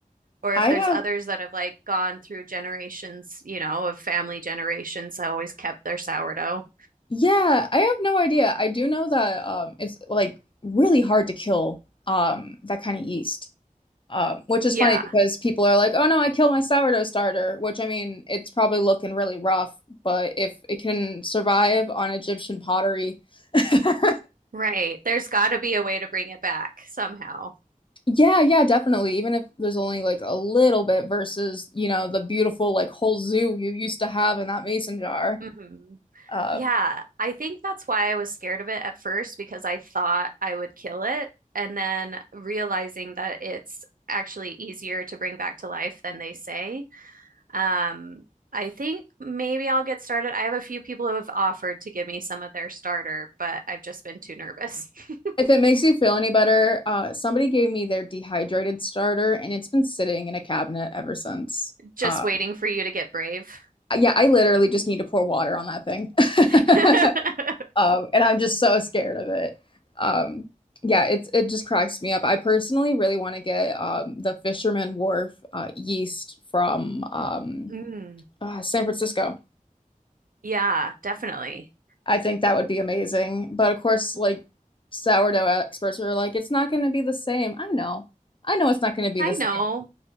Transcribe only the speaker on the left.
I
Yeah, I have no idea. I do know that um it's like really hard to kill um that kind of yeast. Um, which is
funny because people are like, "Oh no, I killed my sourdough starter," which I mean, it's probably looking really rough, but if it can survive on Egyptian pottery. <laughs>
Yeah, yeah, definitely. Even if there's only like a little bit versus, you know, the beautiful like whole zoo you used to have in that mason jar.
Um
If it makes you feel any better, uh, somebody gave me their dehydrated starter and it's been sitting in a cabinet ever since.
Uh,
yeah, I literally just need to pour water on that thing.
<laughs> Um, and I'm just so scared of it. Um, yeah, it's it just cracks me up. I personally really want to get um, the Fisherman Wharf uh, yeast from um,
uh, San Francisco.
I think that would be amazing. But of course, like sourdough experts are like, it's not going to be the same. I know. I know it's not going to be
the same.